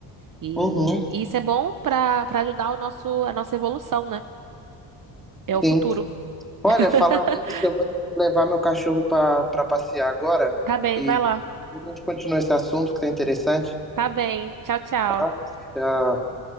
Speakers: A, on the right; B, in the centre.
A: E,
B: Uhum,
A: e isso é bom pra para ajudar o nosso a nossa evolução, né? É o futuro.
B: sim. Olha,
A: <laughs>
B: falar nisso, eu vou ter que levar meu cachorro pra pra passear agora.
A: Tá bem,
B: E
A: vai lá.
B: depois a gente continua esse assunto que tá interessante.
A: Tá bem. Tchau, tchau.
B: tá? já